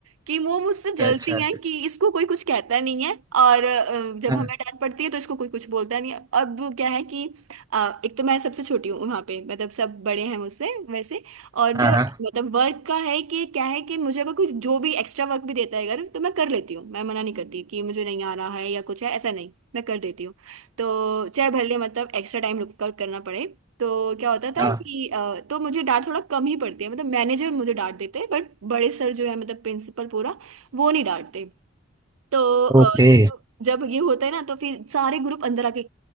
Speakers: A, on the right; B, on the right.
A: कि वो मुझसे जलती
B: अच्छा
A: हैं कि इसको कोई कुछ कहता नहीं है और अ, जब
B: हाँ
A: हमें डांट पड़ती है तो इसको कोई कुछ बोलता नहीं है अब क्या है कि अ, एक तो मैं सबसे छोटी हूँ वहाँ पे मतलब सब बड़े हैं मुझसे वैसे और जो
B: हाँ
A: मतलब
B: हाँ
A: वर्क का है कि क्या है कि मुझे अगर कुछ जो भी एक्स्ट्रा वर्क भी देता है अगर तो मैं कर लेती हूँ मैं मना नहीं करती कि मुझे नहीं आ रहा है या कुछ है ऐसा नहीं मैं कर देती हूँ तो चाहे भले मतलब एक्स्ट्रा टाइम लुकआउट करना पड़े तो क्या होता था
B: हाँ,
A: कि अ, तो मुझे डांट थोड़ा कम ही पड़ती है मतलब मैनेजर मुझे डांट देते हैं बट बड़े सर जो है मतलब प्रिंसिपल पूरा वो नहीं डांटते तो अ,
B: ओके
A: जब जब ये होता है ना तो फिर सारे ग्रुप अंदर आके